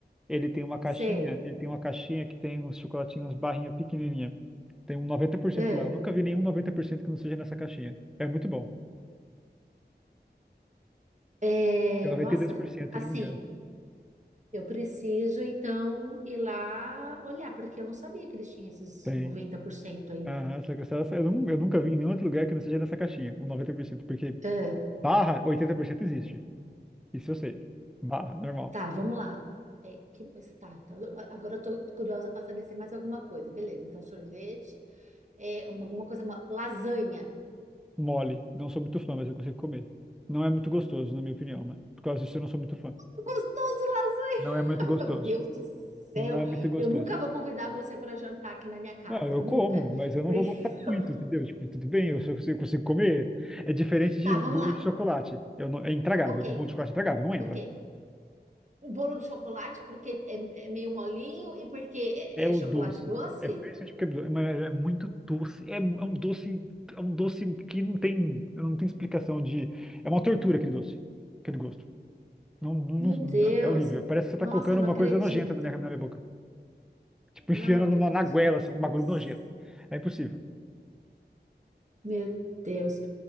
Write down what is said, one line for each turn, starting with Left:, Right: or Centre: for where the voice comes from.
Centre: Ele tem uma caixinha,
Right: Sei.
Centre: ele tem uma caixinha que tem uns chocolatinhos barrinha pequenininha. Tem um noventa por cento
Right: É,
Centre: lá. Eu nunca vi nenhum 90% que não seja nessa caixinha. É muito bom.
Right: é,
Centre: Acho que é 92%,
Right: nossa, assim,
Centre: se eu não me engano.
Right: Eu preciso, então, ir lá olhar, porque eu não sabia que eles tinham esses
Centre: Tem.
Right: 90% aí.
Centre: Aham, só que essa, essa- eu, nu- eu nunca vi em nenhum outro lugar que não seja nessa caixinha, um 90%, porque
Right: Ah,
Centre: barra, 80% existe. Isso eu sei. Barra, normal.
Right: tá, vamos lá. É, que, mas tá, então, agora agora eu tô curiosa para saber se é mais alguma coisa. Beleza, então sorvete, é, uma- alguma coisa, uma- lasanha.
Centre: Mole, não sou muito fã, mas eu consigo comer. Não é muito gostoso, na minha opinião, né? Por causa disso eu não sou muito fã.
Right: Gostoso lasanha!
Centre: Não é muito
Right: <laughs> Ai,
Centre: gostoso.
Right: Meu Deus do céu!
Centre: Não é muito gostoso.
Right: Eu nunca vou convidar você para jantar aqui na minha casa,
Centre: Não, eu
Right: nunca.
Centre: como, mas eu não
Right: Porque-
Centre: vou gostar
Right: <laughs>
Centre: muito, entendeu? Tipo, tudo bem, eu, se eu eu consigo comer. É diferente de
Right: Tá,
Centre: um
Right: vamos
Centre: bolo
Right: lá.
Centre: de chocolate. Eu não, é intragável.
Right: Ok,
Centre: Um bolo de chocolate é intragável, não entra.
Right: ok. O bolo de chocolate porque é, é meio molinho e porque
Centre: É
Right: é,
Centre: o
Right: é chocolate
Centre: doce.
Right: doce?
Centre: É principalmente porque é doce, mas é muito doce. É, é um doce, é um doce que não tem, não tem explicação de. É uma tortura aquele doce, aquele gosto. Não, não,
Right: Meu
Centre: não-
Right: Deus.
Centre: é horrível. Parece que você
Right: Nossa,
Centre: tá colocando
Right: não
Centre: uma
Right: acredito.
Centre: coisa nojenta na minha, na minha boca. Tipo,
Right: Não
Centre: enfiando
Right: acredito
Centre: na, na goela, assim, um
Right: nisso.
Centre: bagulho nojento. É impossível.
Right: Meu Deus.